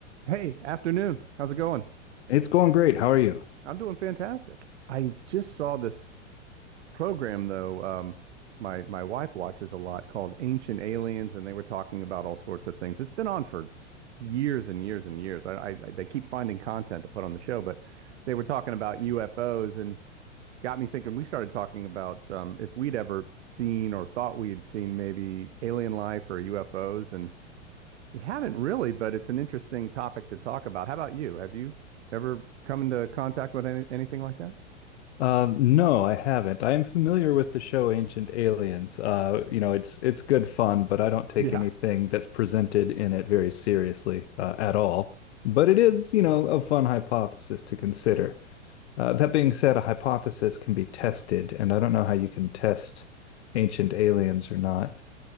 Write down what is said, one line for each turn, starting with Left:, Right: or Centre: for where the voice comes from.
Right: Hey, afternoon. How's it going?
Left: It's going great. How are you?
Right: I'm doing fantastic. I just saw this program though, um, my my wife watches a lot called Ancient Aliens, and they were talking about all sorts of things. It's been on for years and years and years. I, I, I they keep finding content to put on the show, but they were talking about UFOs and got me thinking. We started talking about um, if we'd ever seen or thought we had seen maybe alien life or UFOs, and we haven't really, but it's an interesting topic to talk about. How about you? Have you ever come into contact with any, anything like that?
Left: Um, no, I haven't. I am familiar with the show Ancient Aliens. Uh, you know, it's it's good fun, but I don't take
Right: Yeah.
Left: anything that's presented in it very seriously uh, at all. But it is, you know, a fun hypothesis to consider. Uh, that being said, a hypothesis can be tested, and I don't know how you can test Ancient Aliens or not.